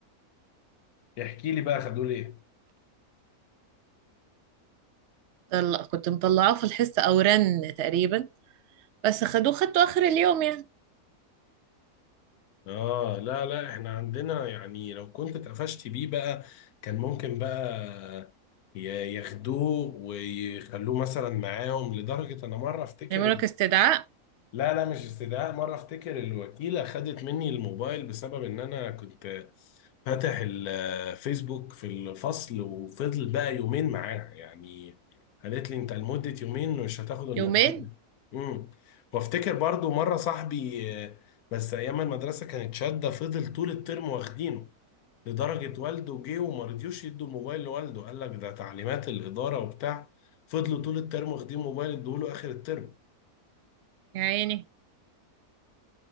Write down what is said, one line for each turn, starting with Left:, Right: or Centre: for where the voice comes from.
Left: احكي لي بقى خدوه ليه
Right: طلع كنت مطلعاه في الحصة او رن تقريبا بس خدوه خدته اخر اليوم يعني
Left: اه لا لا احنا عندنا يعني لو كنت اتقفشت بيه بقى كان ممكن بقى ي- ياخدوه ويخلوه مثلا معاهم لدرجة انا مرة افتكر
Right: يعملوا لك استدعاء
Left: لا لا مش استدعاء مرة افتكر الوكيلة خدت مني الموبايل بسبب ان انا كنت فاتح الفيسبوك في الفصل وفضل بقى يومين معاها يعني قالت لي انت لمدة يومين مش هتاخد الموبايل
Right: يومين
Left: امم وافتكر برضو مرة صاحبي آه، بس ايام المدرسة كانت شادة فضل طول الترم واخدينه لدرجة والده جه وما رضيوش يدوا الموبايل لوالده قال لك ده تعليمات الإدارة وبتاع فضلوا طول الترم واخدين موبايل ادوه له آخر الترم
Right: يا عيني